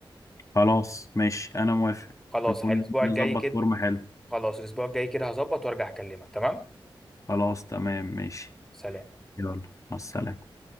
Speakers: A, on the left; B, in the centre.
A: خلاص ماشي انا موافق
B: خلاص
A: نكون
B: الأسبوع
A: نظبط
B: الجاي كده
A: فورمه حلو
B: خلاص الأسبوع الجاي كده هظبط وارجع أكلمك تمام
A: خلاص تمام ماشي
B: سلام
A: يلا مع السلامه